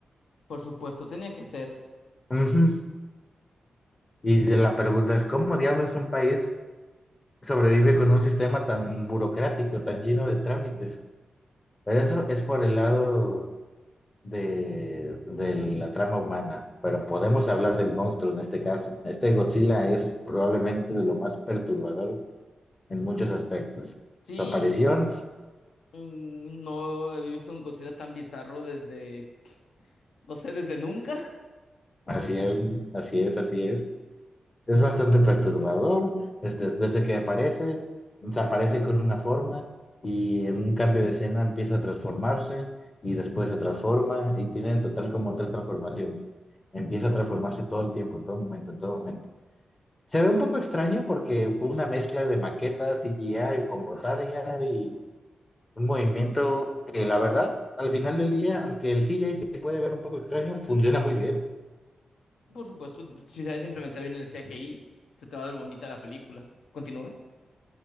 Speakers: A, on the left; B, on the left.
A: Por supuesto, tenía que ser.
B: Ujú. Y de la pregunta es, ¿cómo diablos un país sobrevive con un sistema tan burocrático, tan lleno de trámites? Pero eso es por el lado de, de la trama humana, pero podemos hablar del monstruo en este caso. Este Godzilla es probablemente de lo más perturbador en muchos aspectos.
A: Sí,
B: Su aparición,
A: mm, no había visto un Godzilla tan bizarro desde, no sé, desde nunca.
B: así es, así es, así es. Es bastante perturbador, este, desde que aparece, se aparece con una forma y en un cambio de escena empieza a transformarse y después se transforma y tiene en total como tres transformaciones. Empieza a transformarse todo el tiempo, en todo momento, en todo momento. Se ve un poco extraño porque fue una mezcla de maquetas, CGI con botaria y un movimiento que la verdad, al final del día, aunque el CGI se puede ver un poco extraño, funciona muy bien.
A: <laughs> Por supuesto, si sabes implementar bien el CGI, se te va a ver bonita la película. Continúa.